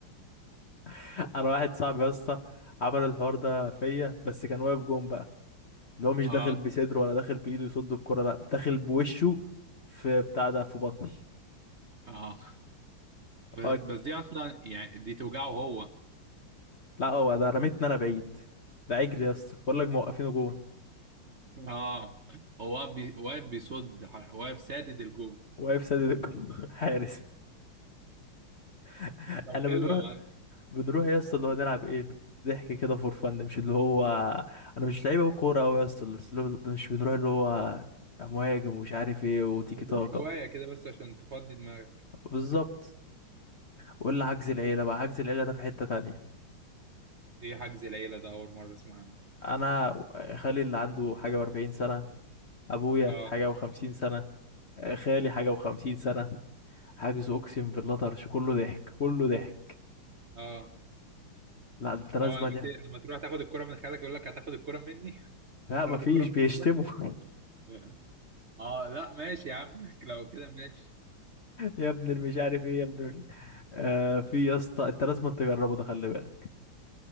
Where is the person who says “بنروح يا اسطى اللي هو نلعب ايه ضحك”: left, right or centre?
Left